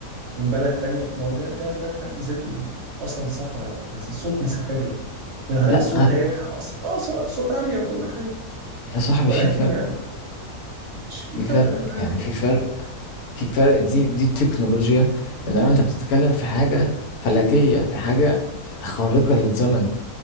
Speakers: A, on the right; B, on the left.
A: من بلد تانية ما هو ده ده ده في حد ذاته اصلا سفر يا برنس. الصوت مسافر لي يعني هل
B: لا
A: الصوت هيلحق اصلا اه سرعة الصوت عالية وكل حاجة
B: يا صاحبي
A: ولكن
B: في فرق
A: يعني مش في
B: في
A: فرق
B: فرق
A: انا معاك
B: يعني
A: والله
B: في فرق في فرق دي دي تكنولوجيا انما انت بتتكلم في حاجه فلكيه في حاجه خارقه للزمن